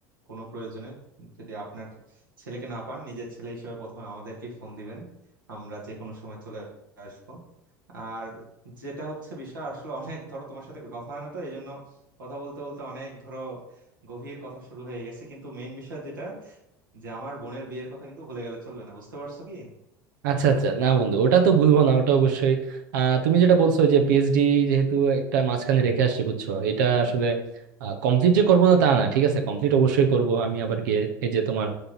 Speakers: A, on the right (about 85°); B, on the right (about 70°).
A: কোনো প্রয়োজনে যদি আপনার ছেলেকে না পান নিজের ছেলে হিসেবে প্রথমে আমাদেরকে ফোন দিবেন আমরা যে কোনো সময় চলে আসবো আর যেটা হচ্ছে বিষয় আসলে অনেক ধরো তোমার সাথে কথা হয় না তো এই জন্য কথা বলতে বলতে অনেক ধরো গভীর কথা শুরু হয়ে গেছে কিন্তু মেইন বিষয় যেটা যে আমার বোনের বিয়ের কথা কিন্তু ভুলে গেলে চলবে না বুঝতে পারছো কি
B: আচ্ছা আচ্ছা না বন্ধু ওটা তো ভুলবো না ওটা অবশ্যই আহ তুমি যেটা বলছো যে পিএইচডি যেহেতু একটা মাঝখানে রেখে আসছে বুঝছো এটা আসলে কমপ্লিট যে করবো না তা না ঠিক আছে কমপ্লিট অবশ্যই করব আমি আবার গিয়ে এই যে তোমার